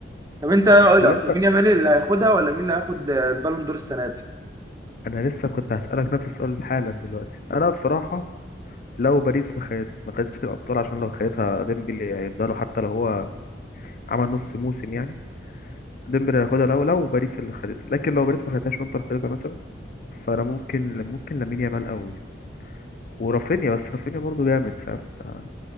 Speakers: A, on the right; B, on the left.
A: طب انت ايه رايك
B: طب انت
A: مين يامال اللي هياخدها ولا مين اللي هياخد البالون دور السنه دي
B: انا لسه كنت هسألك نفس السؤال حالا دلوقتي انا بصراحة لو باريس ما خدت ما خدتش الابطال عشان لو خدتها ديمبلي هيفضلوا حتى لو هو عمل نص موسم يعني ديمبلي هياخدها لو لو باريس اللي خدتها لكن لو باريس ما خدتهاش وانتر خدتها مثلا فانا ممكن ممكن لامين يامال قوي ورافينيا بس رافينيا برضه جامد فاهم انت